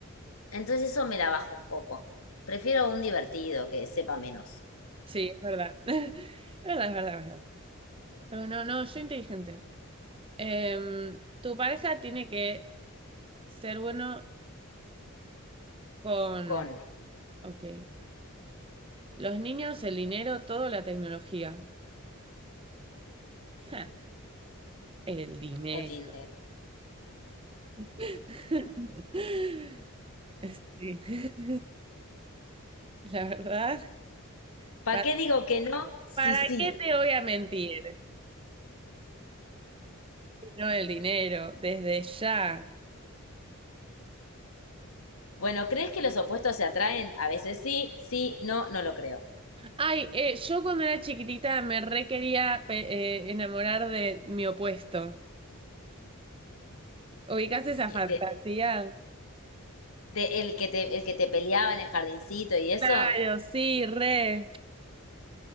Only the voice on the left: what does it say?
Entonces eso me la baja un poco. Prefiero un divertido que sepa menos
con
mm,
el dinero.
¿Para
qué digo que no? Sí,
sí.
Bueno, ¿crees que los opuestos se atraen? A veces sí, sí, no, no lo creo.
Que
te- te- el que te, el que te peleaba en el jardincito y eso.